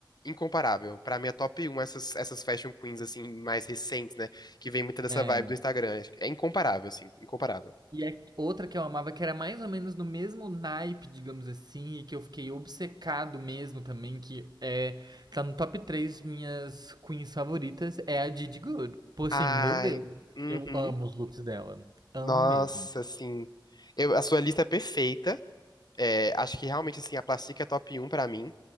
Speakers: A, on the left; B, on the right.
A: Incomparável. Pra mim é top um essas, essas fashion queens, assim, mais recentes, né? Que vem muita dessa
B: é.
A: vibe do Instagram. É incomparável, assim. Incomparável.
B: E a outra que eu amava, que era mais ou menos no mesmo naipe, digamos assim, e que eu fiquei obcecado mesmo também, que é, tá no top 3 minhas queens favoritas, é a Didi Good. Pô, assim,
A: Ai.
B: meu Deus,
A: Uhum.
B: eu amo os looks dela. Amo
A: Nossa,
B: mesmo.
A: assim. Eu, a sua lista é perfeita. É, acho que realmente, assim, a Plastica é top um pra mim.